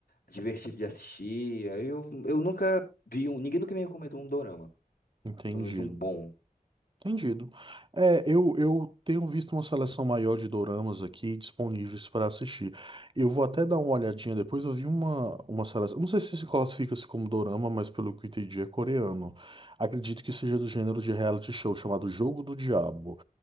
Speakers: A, on the left (about 85°); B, on the right (about 35°).
A: divertido de assistir. Eu, eu nunca vi um, ninguém nunca me recomendou um dorama,
B: entendido.
A: pelo menos um bom.
B: Entendido. É, eu, eu tenho visto uma seleção maior de doramas aqui disponíveis para assistir. Eu vou até dar uma olhadinha depois. Eu vi uma, uma seleção. Não sei se se classifica-se como dorama, mas pelo que eu entendi é coreano. Acredito que seja do gênero de reality show chamado Jogo do Diabo.